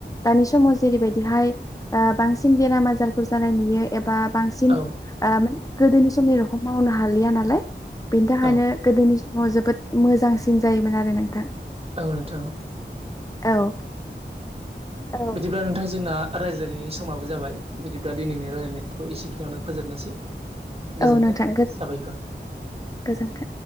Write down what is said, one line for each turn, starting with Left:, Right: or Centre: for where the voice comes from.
Left: दानि समाव जेरैबायदिहाय बांसिन बेराम आजारखौ जानाय नुयो बा बांसिन
Right: औ
Left: माने गोदोनि समनि'खौ मावनो हालिया नालाय बेनि थाखायनो
Right: औ
Left: गोदोनि समाव जोबोद मोजांसिन जायोमोन आरो नोंथां
Right: ओ नोंथां
Left: औ औ
Right: बिदिब्ला नोंथां जोंना रायज्लायनायनि समाबो जाबाय बिदिब्ला दिनैनि रायलायनायखौ एसेखिनियावनो फोजोबनोसै
Left: औ
Right: गोजोन्थों
Left: नोंथां
Right: साबायखर
Left: गोजोनथों